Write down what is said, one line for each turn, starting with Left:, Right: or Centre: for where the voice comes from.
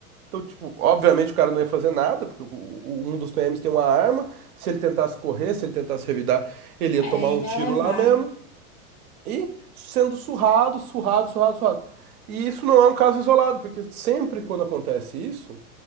Right: Então, tipo, obviamente o cara não ia fazer nada, porque o, o- um dos PMs tem uma arma. Se ele tentasse correr, se ele tentasse revidar, ele ia
Left: É,
Right: tomar um
Left: ele
Right: tiro
Left: ia levar.
Right: lá mesmo. E sendo surrado, surrado, surrado, surrado. E isso não é um caso isolado, porque sempre quando acontece isso,